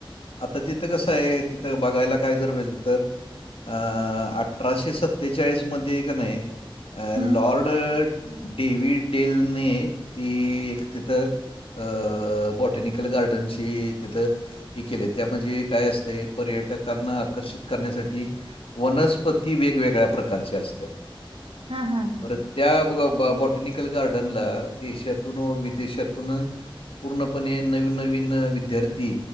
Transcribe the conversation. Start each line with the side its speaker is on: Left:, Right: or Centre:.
Left: आता तिथं कसं आहे तिथं बघायला काय जर <unintelligible> तर अ अठराशे सत्तेचाळीश मध्ये का नाही अ
Right: हम्म
Left: लॉर्ड डेविड डेल ने ती एक तिथ अ बाँ टॅनिकल गार्डनची तिथं हे केले त्यामजे काय असतंय पर्यटकांना आकर्षित करण्यासाठी वनस्पती वेगवेगळ्या प्रकारचे असत्यात.
Right: हा हा हा
Left: परत
Right: हा
Left: त्या ब ग
Right: हम्म.
Left: बॉ बॉटनिक कल गार्डनला देशातून व विदेशातून पूर्णपणे नवीन नवीन विद्यार्थी